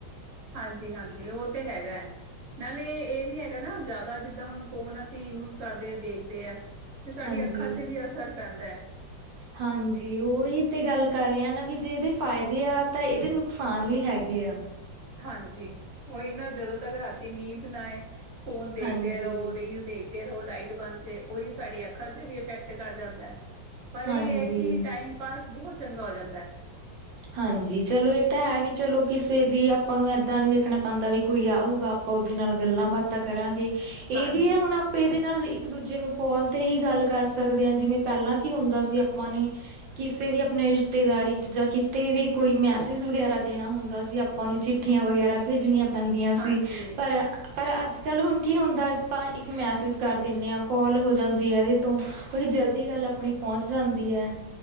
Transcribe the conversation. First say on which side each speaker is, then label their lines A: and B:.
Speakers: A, on the right; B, on the right.
A: ਹਾਂਜੀ, ਹਾਂਜੀ ਉਹ ਤੇ ਹੈਗੈ। ਨਾਲੇ ਇਹ ਵੀ ਹੈਗਾ ਨਾ ਜ਼ਿਆਦਾ ਜਿੱਦਾਂ ਹੁਣ ਫੋਨ ਅਸੀਂ ਯੂਸ ਕਰਦੇ ਦੇਖਦੇ ਐ। ਤੇ ਸਾਡੀ
B: ਹਾਂਜੀ
A: ਅੱਖਾਂ ਚ ਵੀ ਅਸਰ ਪੈਂਦਾ।
B: ਹਾਂਜੀ, ਉਹੀ ਤੇ ਗੱਲ ਕਰ ਰਹੇ ਨਾ ਵੀ ਜੇ ਇਹਦੇ ਫਾਇਦੇ ਆ ਤਾਂ ਇਹਦੇ ਨੁਕਸਾਨ ਵੀ ਹੈਗੇ ਆ।
A: ਹਾਂਜੀ, ਉਹੀ ਨਾ ਜਦੋਂ ਤੱਕ ਰਾਤੀ ਨੀਂਦ ਨਾ ਆਏ ਫੋਨ ਦੇਖਦੇ
B: ਹਾਂਜੀ
A: ਰਹੋ, ਰੀਲ ਦੇਖ। ਫ਼ੇਰ ਉਹ ਲਾਈਟ ਬੰਦ ਚ ਉਹੀ ਸਾਡੀ ਅੱਖਾਂ ਚ ਵੀ ਇਫੈਕਟ ਕਰ ਜਾਂਦਾ ਐ। ਪਰ
B: ਹਾਂਜੀ
A: ਇਹ ਐ ਕਿ ਟਾਈਮ ਪਾਸ ਬਹੁਤ ਚੰਗਾ ਹੋ ਜਾਂਦਾ ਐ।
B: ਹਾਂਜੀ, ਚਲੋ ਇਹ ਤਾਂ ਹੈ ਵੀ ਚਲੋ ਕਿਸੇ ਦੀ ਆਪਾਂ ਨੂੰ ਏਦਾਂ ਨੀ ਦੇਖਣਾ ਪੈਂਦਾ ਵੀ ਕੋਈ ਆਊਗਾ। ਉਹਦੇ ਨਾਲ ਗੱਲਾਂ- ਬਾਤਾਂ ਕਰਾਂਗੇ, ਇਹ
A: ਹਾਂਜੀ
B: ਵੀ ਐ ਹੁਣ ਆਪਾਂ ਤੇ ਇਹਦੇ ਨਾਲ ਇੱਕ- ਦੂਜੇ ਨੂੰ ਕਾਲ ਤੇ ਹੀ ਗੱਲ ਕਰ ਸਕਦੇ ਆ, ਜਿਵੇਂ ਪਹਿਲਾਂ ਕੀ ਹੁੰਦਾ ਸੀ ਆਪਾਂ ਨੇ ਕਿਸੇ ਵੀ ਆਪਣੇ ਰਿਸ਼ਤੇਦਾਰੀ ਚ ਜਾਂ ਤੇ ਵੀ ਕੋਈ ਮੈਸੇਜ ਵਗੈਰਾ ਦੇਣਾ ਹੁੰਦਾ ਸੀ। ਆਪਾਂ ਨੂੰ ਚਿੱਠੀਆਂ ਵਗੈਰਾ ਭੇਜਣੀਆਂ ਪੈਂਦੀਆਂ
A: ਹਾਂਜੀ
B: ਸੀ। ਪਰ ਪਰ ਅੱਜ ਕੱਲ ਹੁਣ ਕੀ ਹੁੰਦਾ ਆਪਾਂ ਇੱਕ ਮੈਸੇਜ ਕਰ ਦਿੰਦੇ ਆ, ਕਾਲ ਹੋ ਜਾਂਦੀ ਹੈ ਇਹਦੇ ਤੋਂ। ਉਹੀ ਜਲਦੀ ਗੱਲ ਆਪਣੀ ਪਹੁੰਚ ਜਾਂਦੀ ਹੈ।